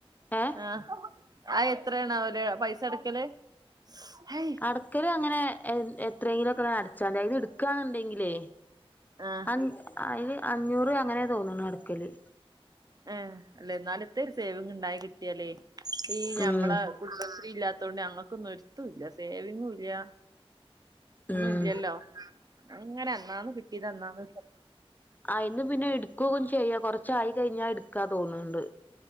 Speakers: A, on the left; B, on the right.
A: ഏ
B: ആഹ്. അഹ് എത്രേണാവലേ പൈസ അടക്കല് ഹയ്
A: മിക്കവരും അങ്ങനെ ഏഹ് എത്രയെങ്കിലും ഒക്കെ അടച്ചോണ്ടേ ഇത് എടുക്കുവാണെന്ന് ഉണ്ടെങ്കിലേ.
B: ആഹ്
A: അഞ് അത് അഞ്ഞൂറ് അങ്ങനെ തോന്നുണു അടക്കല്
B: ഏഹ്. അല്ലെ ഇന്നാലു എത്തേ ഒരു സേവിങ്ങിണ്ടായി കിട്ടിയാലേ ഈ ഞമ്മളെ
A: ഉം
B: കുടുംബശ്രീ ഇല്ലാത്തോണ്ട് ഞങ്ങക്കൊന്നും ഒരുത്തുല്ല സേവിങ്ങൂല്ല. ഒന്നുല്ലല്ലോ,
A: ഉം
B: അങ്ങനെ അന്നന്ന് കിട്ടിയത് അന്നന്ന് എടുക്കും.
A: ആയിന്ന് പിന്നെ ഇടുക്കും ചെയ്യാ കൊറച്ചായി കയിഞ്ഞാ ഇട്ക്കാ തോന്ന്ണ്ട്.